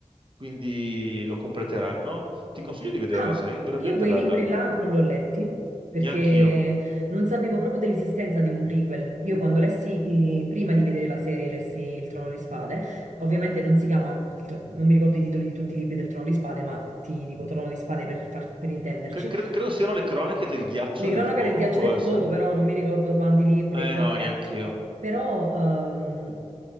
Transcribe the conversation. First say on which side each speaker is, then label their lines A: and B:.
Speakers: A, on the right; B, on the right.
A: quindi lo completeranno. Ti consiglio di vederla,
B: Ah,
A: sai? Veramente
B: io quei
A: bella,
B: libri là non li ho letti perché
A: neanch'io.
B: non sapevo proprio dell'esistenza di un prequel. Io quando lessi, eh, prima di vedere la serie, lessi Il Trono di Spade, ovviamente non si chiama, il tro- non mi ricordo i titoli di tutti i libri del Trono di Spade, ma ti dico Trono di Spade per, far- per intenderci.
A: Cre- credo, credo siano le cronache del ghiaccio
B: Le
A: e del
B: cronache
A: fuoco,
B: del ghiaccio
A: può
B: e del
A: essere?
B: fuoco, però non mi ricordo quanti libri
A: Eh
B: e quanti...
A: no, neanch'io.
B: eh. Però ehm,